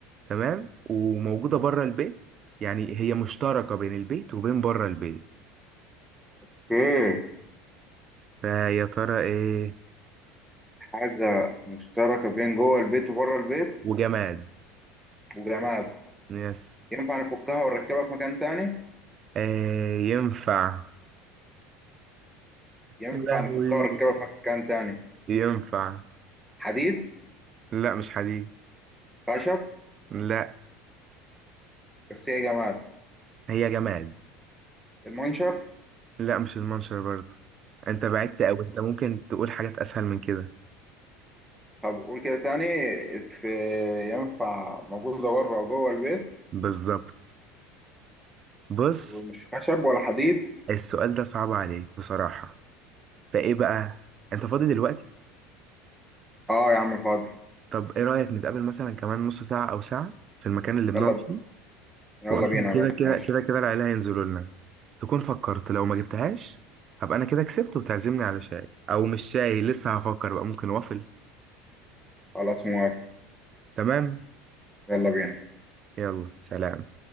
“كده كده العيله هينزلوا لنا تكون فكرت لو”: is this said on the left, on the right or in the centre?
Right